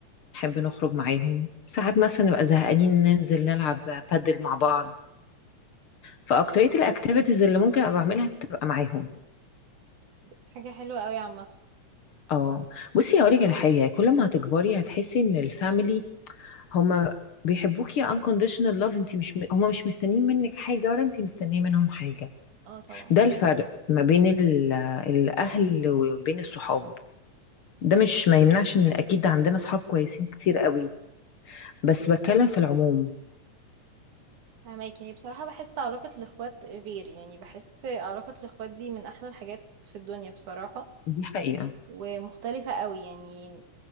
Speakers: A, on the left (about 55°); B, on the right (about 80°).
A: نحب نخرج معاهم ساعات مثلا نبقى زهقانين ننزل نلعب بادل مع بعض فاكترية الاكتيفيتيز اللي ممكن ابقى بعملها بتبقى معاهم
B: حاجة حلوة قوي عامة
A: اه بصي هقولك على حاجة كل ما هتكبري هتحسي ان الفاميلي هما بيحبوكي unconditional love انت مش هما مش مستنيين منك حاجة ولا انت مستنية منهم حاجة
B: اه طبعا
A: ده الفرق ما بين ال- الاهل وبين الصحاب ده مش ما يمنعش ان اكيد عندنا صحاب كويسين كتير قوي بس بتكلم في العموم
B: فهماكي هي بصراحة بحس علاقة الإخوات غير يعني بحس علاقة الإخوات دي من أحلى الحاجات في الدنيا بصراحة
A: دي حقيقة
B: ومختلفة قوي يعني